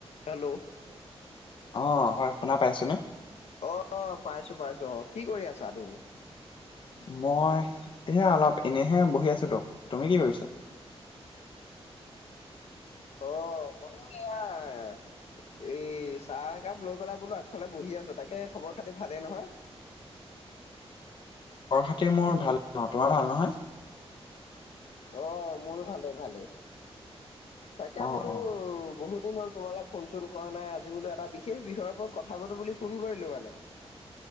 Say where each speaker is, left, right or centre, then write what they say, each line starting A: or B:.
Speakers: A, on the left; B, on the left.
A: Hello,
B: অ হয়। শুনা পাইছে নে?
A: অ, পাইছোঁ- পাইছোঁ অ, কি কৰি আছা তুমি?
B: মই এইয়া অলপ এনেইহে বহি আছিলোঁ তুমি কি কৰিছা?
A: অ, মইয়ো এয়া- এ চাহ একাপ লৈ পেলাই বোলো আগফালে বহি আছো তাকে খবৰ খাতি ভালেই নহয়?
B: ঘৰ খাতি মোৰ ভাল অ, তোমাৰ ভাল নহয়?
A: অ, মইও ভালেই- ভালেই তাকে
B: অ
A: বোলো
B: অ
A: বহুত বহুত দিন হ'ল তোমালৈ অলপ ফোন চোন কৰা নাই আজি বোলো এটা বিশেষ বিষয়ৰ ওপৰত কথা পাতো বুলি ফোন কৰিলো মানে।